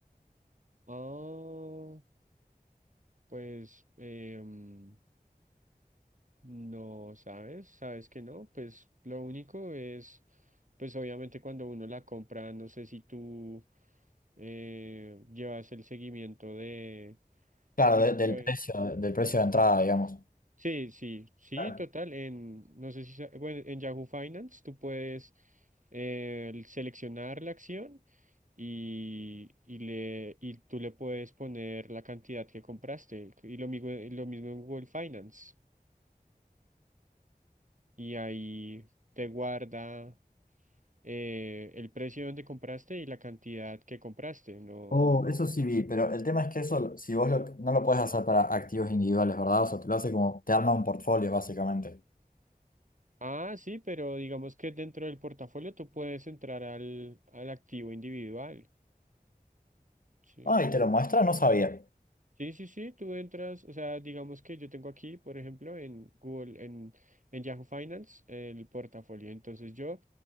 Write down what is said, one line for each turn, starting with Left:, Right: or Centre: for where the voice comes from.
Right: Oh, pues, em. No, ¿sabes? ¿Sabes que no? Pues lo único es, pues obviamente cuando uno la compra, no sé si tú eh, llevas el seguimiento de,
Left: Claro,
Right: por ejemplo,
Left: de- del precio,
Right: en-
Left: del precio de entrada, digamos.
Right: sí, sí, sí,
Left: Claro.
Right: total, en, no sé si, sa- bueno, en Yahoo Finance tú puedes eh, el seleccionar la acción y, y, le, y tú le puedes poner la cantidad que compraste. Y lo mismo, lo mismo en Google Finance. Y ahí te guarda. eh, el precio donde compraste y la cantidad que compraste, ¿no?
Left: Oh, eso sí vi, pero el tema es que eso, si vos lo- no lo puedes hacer para activos individuales, ¿verdad? O sea, te lo hace como, te arma un portfolio, básicamente.
Right: Ah, sí, pero digamos que dentro del portafolio tú puedes entrar al, al activo individual, ¿sí?
Left: Ah, y te lo muestra, no sabía.
Right: Sí, sí, sí, tú entras, o sea, digamos que yo tengo aquí, por ejemplo, en Google, en, en Yahoo Finance, el portafolio. Entonces yo